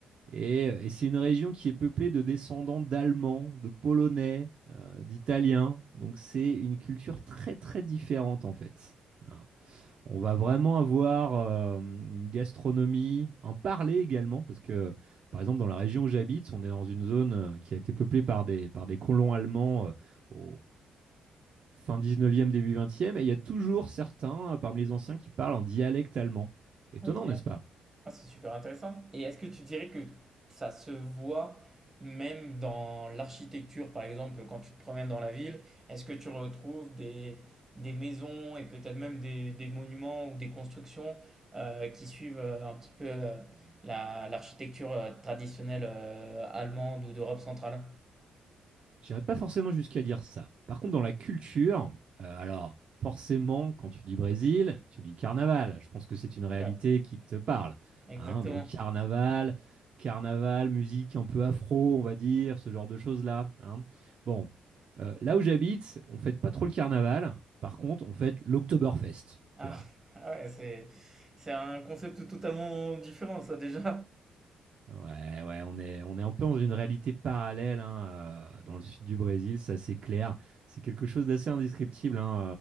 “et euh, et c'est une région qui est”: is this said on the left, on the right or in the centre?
Right